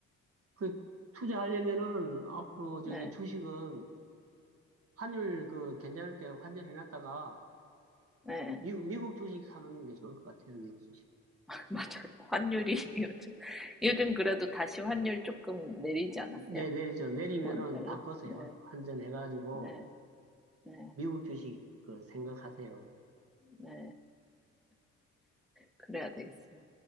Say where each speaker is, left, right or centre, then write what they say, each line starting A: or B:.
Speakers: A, on the right; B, in the centre.
A: 그, 투자하려면은 앞으로 저기
B: 네,
A: 주식은 환율 그 괜찮을 때 환전해놨다가
B: 네.
A: 미국, 미국 주식 사놓는 게 좋을 것 같아요, 미국 주식.
B: <laughs> 맞아요. 환율이 <laughs> 요즘, 요즘 그래도 다시 환율 조금 내리지 않았어요?
A: 네, 내리죠. 내리면은
B: 원달러?
A: 바꿔서요.
B: 네,
A: 환전해가지고
B: 네, 네,
A: 미국 주식 그 생각하세요.
B: 네. 그래야 되겠어요.